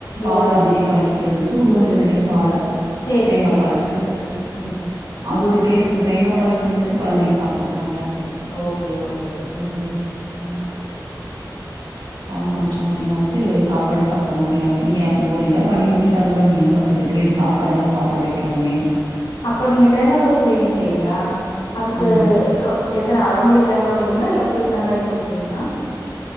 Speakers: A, on the right; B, on the left.
A: பால
B: ஓஹோஹோ
A: அப்டியே கலக்கிக்கிறது சூடு பண்றது இல்லைங்க பால
B: சேரி
A: தேங்காய்
B: சேரிங்க
A: பால.
B: ம் ம் ம்
A: அது ஒரு டேஸ்ட் அந்த தேங்காய் பால் ஸ்மெல்லுக்கு கொழந்தைங்க சாப்ட்டுக்குறாங்க
B: ஓகே ஓகே ம்
A: ம்ம் பால் குடிச்ச மாரிமாச்சு சாப்பாடு சாப்ட்ட மாரி அப்டினு ஒரு இதா பண்ணி பண்ணி தர்றதுக்கு என்ன பண்ணண்றது இப்டியே அந்த சாப்ப சாப்பாடல்லா சாப்ட வைக்கணுமேனு
B: அப்ப நீங்க தேங்கா பால் செய்யறீங்க இல்லீங்களா அதுக்கு
A: ஆமாங்க
B: எத்தன அரைமுடி தேங்காய் போடுவீங்களா இல்ல புல் தேங்காயு போட்டுருவிகீங்களா